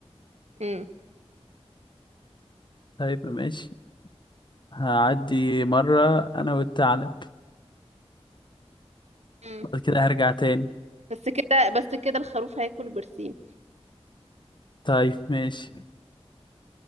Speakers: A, on the right; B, on the left.
A: امم
B: طيب ماشي هعدي مرة أنا والثعلب
A: امم
B: بعد كده هرجع تاني
A: بس كده بس كده الخروف هياكل برسيم
B: طيب ماشي